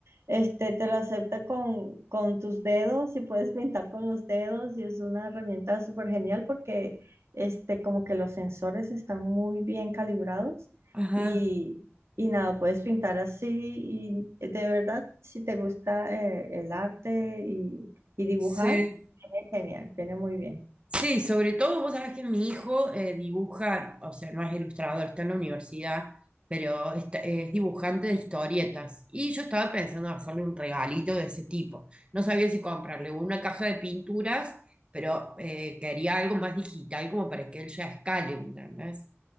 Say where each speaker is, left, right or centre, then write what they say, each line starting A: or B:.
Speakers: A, on the right; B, on the right.
A: este, te lo acepta con, con tus dedos y puedes pintar con los dedos y es una herramienta súper genial porque este, como que los sensores están muy bien calibrados
B: Ajá.
A: y, y nada, puedes pintar así y de verdad, si te gusta eh, el arte y, y dibujar,
B: Sí.
A: viene genial, viene muy bien.
B: Sí, sobre todo vos sabés que mi hijo eh, dibuja, o sea, no es ilustrador, está en la universidad, pero está- es dibujante de historietas. Y yo estaba pensando en hacerle un regalito de ese tipo. No sabía si comprarle una caja de pinturas, pero eh, quería algo más digital como para que él ya escale, ¿me ¿entendés?